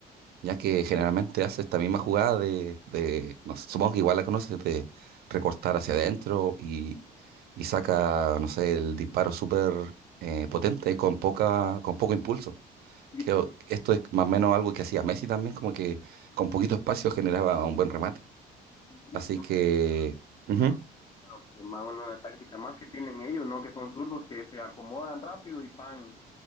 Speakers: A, on the right; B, on the left.
A: ya que generalmente hace esta misma jugada de, de- no sé, supongo que igual la conoces, de recortar hacia adentro y, y saca, no sé, el disparo súper eh, potente con poca, con poco impulso.
B: Sí,
A: Que esto es más o menos algo que hacía Messi también, como que con poquito espacio generaba un buen remate.
B: sí,
A: Así
B: siempre
A: que, ujú,
B: ah, bueno, pues, más bueno, una táctica más que tienen ellos, ¿no? Que son zurdos que se acomodan rápido y pan,